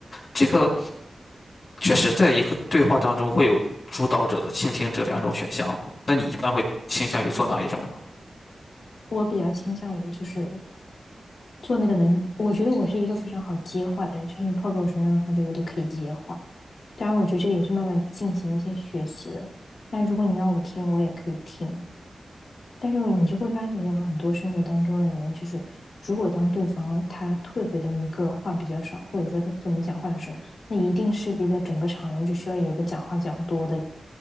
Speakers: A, on the left (about 50°); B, on the left (about 70°).
A: 这个确实，在一个对话当中会有主导者和倾听者两种选项嘛？那你一般会倾向于做哪一种呢？
B: 我比较倾向于就是做那个能，我觉得我是一个非常好接话的人，就是你抛给我什么样的话题，我都可以接话。当然，我觉得这个也是慢慢进行一些学习的。但如果你要我听，我也可以听。但是你就会发现，有很多生活当中的人，就是如果当对方他退回到一个话比较少，或者说他不怎么讲话的时候，那一定势必在整个场人就需要有一个讲话讲多的人，